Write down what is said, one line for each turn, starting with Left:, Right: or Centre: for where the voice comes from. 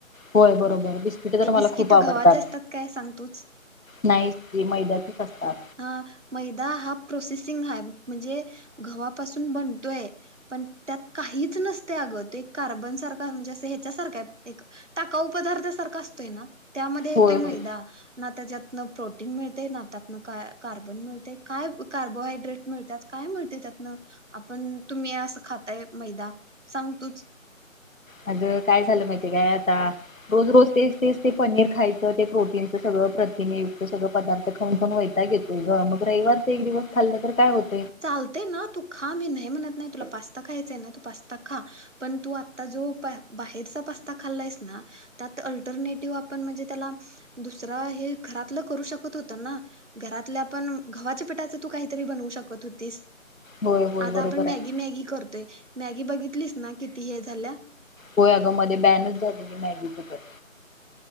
Left: होय बरोबर बिस्किट तर
Right: ते
Left: मला
Right: बिस्किट
Left: खूप आवडतात
Right: घवाचे असतात काय सांग तुच?
Left: नाही ती मैद्याचीच असतात
Right: हा, मैदा हा प्रोसेस सिंग हाय म्हणजे घवापून बनतोय पण त्यात काहीच नसतंय अगं ते कार्बन सारख म्हणजे असं हेच्या सारख एक टाकाऊ पदार्थासारखं अस ते ना. त्यामध्ये येतोय
Left: होय होय
Right: मैदा ना त्याच्यात त न प्रोटीन मिळते ना त्यातन का कार्बन मिळते काय कार्बोहायड्रेट मिळतात काय मिळते त्यातन आपण तुम्ही असं खाताय मैदा सांग तुच.
Left: अग काय झालं माहितीय काय आता रोज रोज तेच तेच ते पनीर खायचं ते प्रोटीनच सगळं प्रथीनेयुक्त सगळं पदार्थ खाऊन खाऊन वैताग येतोय गं मग रविवारचं एक दिवस खाल्लं तर काय होत
Right: चालतय ना, तू खा मी नाही म्हणत नाही, तुला पास स्ता खायचाय ना. तू पास्ता खा. पण तू आता जो बाहेरचा पास्ता खाल्लायस ना, त्यात अल्टरनेटिव आपण म्हणजे त्याला दुसरा हे घरातलं करू शकत होतो ना. घरातल्या आपण गव्हाच्या पिटाच तू काहीतरी बनवू शकत होतीस.
Left: होय होय
Right: आता
Left: बरोबर
Right: आपण
Left: आहे
Right: मॅगी मॅगी करतोय मॅगी बघितलीस ना, किती हे झाल्या?
Left: होय आग, मध्ये बॅनच झालेली मॅगी सकट